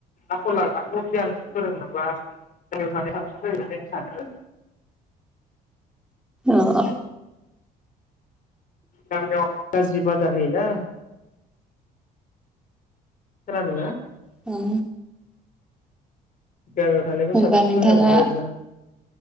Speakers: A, on the left; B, in the centre.
A: आख'ल आखु गियान फोरोंनोबा <unintelligible> जायो सानो
B: ओ
A: गामियाव गाज्रि बादा होयोना खोनादोंना
B: औ
A: गामियाव थानायखौ
B: होनबा
A: साबसिन
B: नोंथाङा
A: मोजां मोनो आरोना